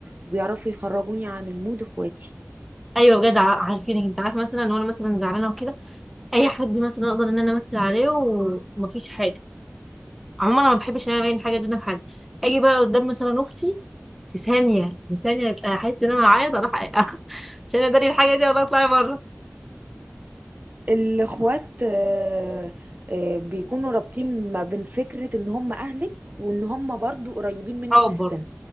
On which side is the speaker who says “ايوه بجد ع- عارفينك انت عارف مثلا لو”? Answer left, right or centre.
Centre